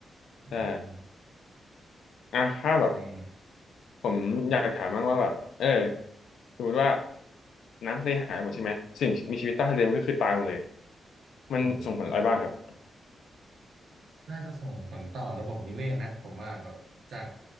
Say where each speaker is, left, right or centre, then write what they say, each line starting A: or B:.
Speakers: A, on the right (about 65°); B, on the left (about 85°).
A: อืมอืม
B: ใช่อ่ะถ้าแบบ
A: นี่
B: ผมอยากถามบ้างว่าแบบเออสมมติว่าน้ำทะเลหายหมดใช่ไหมสิ่งมีชีวิตใต้ทะเลมันก็คือตายหมดเลยมันส่งผลอะไรบ้างครับ
A: อืมน่าจะส่งผลต่อระบบนิเวศนะผมว่าแบบจาก